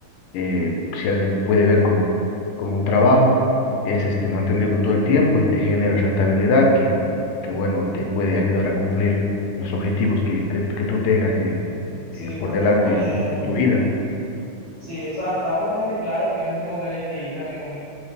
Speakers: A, on the left; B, on the left.
A: eh, si alguien lo puede ver como, un- como un trabajo, es este, mantenerlo todo el tiempo y te genera rentabilidad que, que bueno, te puede ayudar a cumplir los objetivos que, que, que tú tengas eh,
B: Y Sí,
A: eh,
B: es
A: por
B: bastante
A: delante
B: buena idea,
A: en en
B: mi amigo.
A: tu vida, ¿no?
B: Sí, o sea, estás bastante claro, tienes una buena ideita, amigo mío.